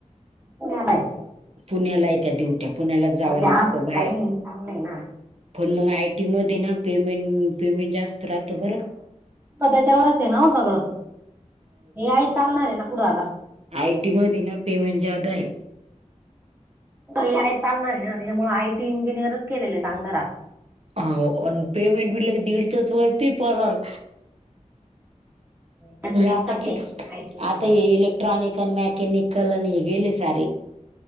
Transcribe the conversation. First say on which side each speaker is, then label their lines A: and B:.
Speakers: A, on the right; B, on the right.
A: पुण्यालाय
B: पुण्याला येत्या डिवट्या पुण्याला जावं
A: हा, ते
B: लागतं
A: असतात
B: बाहेर.
A: का नाही चांगलं आहे ना
B: पण मग आयटी मध्ये ना पेमेंट पेमेंट जास्त- राहतं बरं
A: त्याच्यावरच आहे ना सगळं हे आय चालणार आहे ना- कूडा आ
B: आय टी मध्ये ना पेमेंट जादा आहे.
A: य चालणार आहे ना त्याच्यामुळे आयटी इंजिनियरच केलेलं आहे चांगलं राहत.
B: हा पेमेंट बि लगे दीडच्याच वरती पल-
A: त्याचं तेच
B: आता
A: चाललंय आय टी इंजिनियर
B: आता येईल. क्ट्रॉनिक आणि मॅकॅनिकल आणि गेले सारे